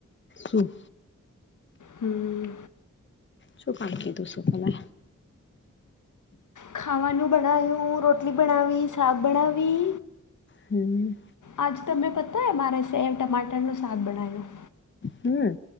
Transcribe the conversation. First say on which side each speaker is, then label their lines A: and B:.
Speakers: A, on the left; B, on the left.
A: હમ્મ
B: હમ
A: શું કાઢકી દું શ મે
B: ખાવાનું બનાયું રોટલી બનાવી સાગ બનાવી
A: હમ
B: આજ તમે પતાય મારે સેવ ટમાટરનું સ્વાદ બનાવ્યું
A: હમ